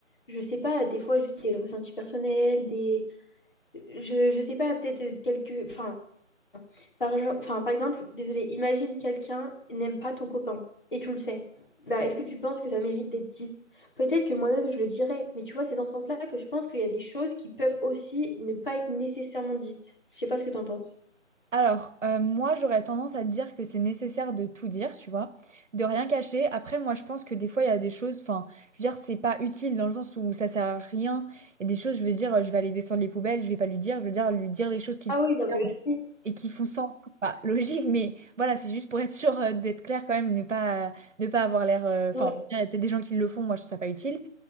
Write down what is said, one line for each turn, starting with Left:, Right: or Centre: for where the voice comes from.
Left: je sais pas, des fois juste des ressentis personnels, des je, je sais pas, peut-être quelques. Enfin, par, gen- enfin, par exemple, désolé, imagine quelqu'un n'aime pas ton copain et tu le sais. Bah, est-ce que tu penses que ça mérite d'être dit? Peut-être que moi-même je le dirais, mais tu vois, c'est dans ce sens-là que je pense qu'il y a des choses qui peuvent aussi ne pas être nécessairement dites. Je sais pas ce que t'en penses.
Right: Alors, euh, moi, j'aurais tendance à dire que c'est nécessaire de tout dire, tu vois, de rien cacher. Après, moi, je pense que des fois, il y a des choses, enfin, je veux dire, c'est pas utile dans le sens où ça sert à rien. Il y a des choses, je veux dire, je vais aller descendre les poubelles, je vais pas lui dire, je veux dire, lui dire les choses qui
Left: Ah
Right: le concernent
Left: oui, non, mais merci.
Right: et qui font sens. C'est pas logique, mais voilà, c'est juste pour être sûr euh, d'être clair quand même, ne pas, ne pas avoir l'air. euh, Enfin,
Left: Ouais.
Right: je veux dire, il y a peut-être des gens qui le font, moi, je trouve ça pas utile.